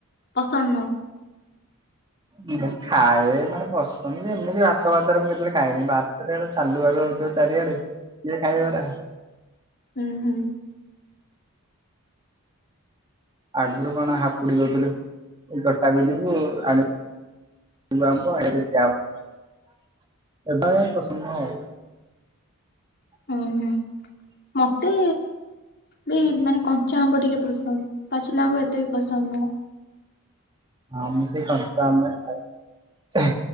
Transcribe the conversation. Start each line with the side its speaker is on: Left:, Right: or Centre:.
Left: ପସନ୍ଦ ନୁହଁ
Right: ହୁଁ ମୁଁ ଖାଏ ମାନେ ପସନ୍ଦ ଯେ ମୁଁ ଭାତ ଫାତ ରେ ମୁଁ କେତେବେଳେ ଖାଏନି ବାତରେ ସେ ସାଲୁ ବାଲୁ ହୋଉଥିବ ଚାରିଆଡେ କିଏ ଖାଇବ ହେରା
Left: ହୁଁ-ହୁଁ,
Right: ଆଗୁରୁ କଣ ହାପୁଡ଼ି ଦଉଥିଲୁ ତୋଟାକୁ ଯିବୁ ଆଣି <unintelligible> ଏବେ ଆଉ ପସନ୍ଦ ନୁହଁ ଆଉ <inaudible>
Left: ହୁଁ ହୁଁ ମତେ ବି ମାନେ କଞ୍ଚା ଆମ୍ବ ଟିକେ ପସନ୍ଦ ପାଚିଲା ଆମ୍ବ ଏତେ ବି ପସନ୍ଦ ନୁହଁ
Right: ହଁ ମୁଁ ସେ କଞ୍ଚା ଆମ୍ବ ଖାଏ